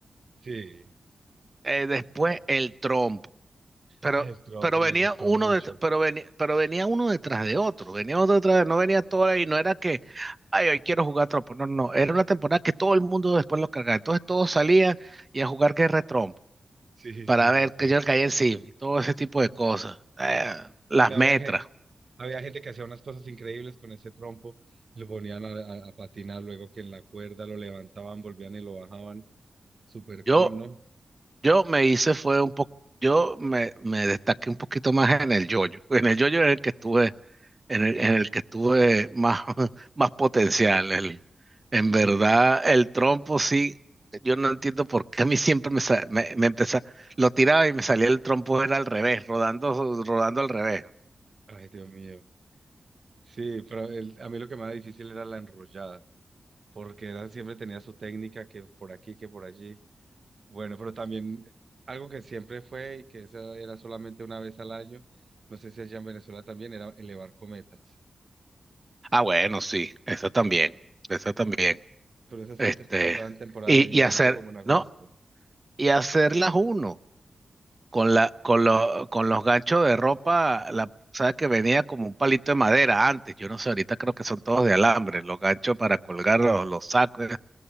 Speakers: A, on the right (about 60°); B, on the right (about 30°).
A: Sí.
B: Eh, después el trompo. Pero,
A: Ay, el trompo
B: pero venía
A: me gustó
B: uno
A: mucho.
B: de, pero venía, pero venía uno detrás de otro, venía otro detrás de, no venía todo y no era que, ay, hoy quiero jugar trompo. No, no, no, era una temporada que todo el mundo después lo cargaba. Entonces todos salían y a jugar guerra de trompo
A: Sí,
B: para
A: sí,
B: ver
A: recuerdo.
B: que yo le caía encima y todo ese tipo de cosas. Eh, las
A: Y había
B: metras.
A: gente, había gente que hacía unas cosas increíbles con ese trompo, lo ponían a, a- a patinar, luego que en la cuerda lo levantaban, volvían y lo bajaban. Súper
B: Yo,
A: cool, ¿no?
B: yo me hice fue un poco, yo me, me destaqué un poquito más en el yoyo. En el yoyo es el que estuve en el, en el que estuve más, <laughs> más potencial. El, en verdad,
A: Sí.
B: el trompo sí, yo no entiendo por qué a mí siempre me, sa- me, me empeza- lo tiraba y me salía el trompo era al revés, rodando, rodando al revés.
A: Ay, Dios mío. Sí, pero el- a mí lo que más difícil era la enrollada. porque Dan siempre tenía su técnica que por aquí, que por allí. Bueno, pero también algo que siempre fue y que esa era solamente una vez al año, no sé si allá en Venezuela también, era elevar cometas.
B: Ah, bueno, sí, eso también, eso también.
A: Pero esa solo
B: Este,
A: te pasaba en temporada
B: y,
A: de viento,
B: y hacer,
A: como en agosto.
B: no, y hacerlas uno. con la, con lo- con los ganchos de ropa, la, sabes que venía como un palito de madera antes, yo no sé, ahorita creo que son todos de alambre, los ganchos para colgar los, los sacos,